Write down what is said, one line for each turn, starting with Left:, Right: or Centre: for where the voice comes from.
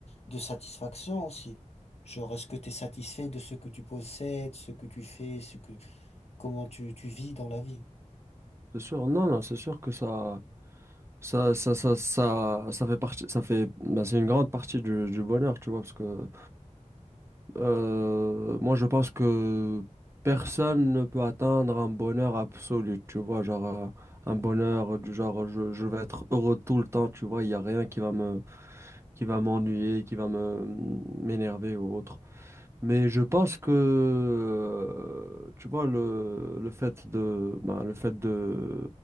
Left: de satisfaction aussi. Genre, est-ce que tu es satisfait de ce que tu possèdes, ce que tu fais, ce que, comment tu, tu vis dans la vie?
Right: C'est sûr, non, non, c'est sûr que ça, ça, ça, ça, ça, ça fait partie, ça fait, ben, c'est une grande partie du, du bonheur, tu vois, parce que euh, moi, je pense que personne ne peut atteindre un bonheur absolu, tu vois, genre euh, un bonheur du genre je, je vais être heureux tout le temps, tu vois, il n'y a rien qui va me, qui va m'ennuyer, qui va me m'énerver ou autre. Mais je pense que, euh, tu vois, le, le fait de, ben, le fait de,